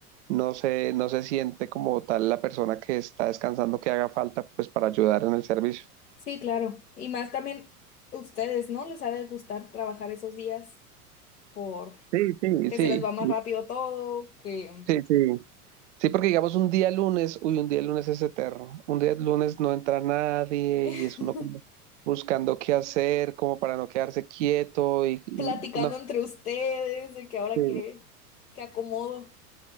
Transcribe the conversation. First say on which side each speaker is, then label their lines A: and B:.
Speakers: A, on the right; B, on the left.
A: no se, no se siente como tal la persona que está descansando que haga falta pues para ayudar en el servicio.
B: Sí, claro. Y más también ustedes, ¿no? Les ha de gustar trabajar esos días por
A: Sí, sí,
B: que
A: sí.
B: se les va más rápido todo, que
A: Sí, sí. Sí, porque digamos un día lunes, uy, un día lunes es eterno. Un día lunes no entra nadie
B: <laughs>
A: y es uno como buscando qué hacer, como para no quedarse quieto y, y-
B: platicando
A: no.
B: entre ustedes, de que ahora
A: Sí.
B: que, que acomodo.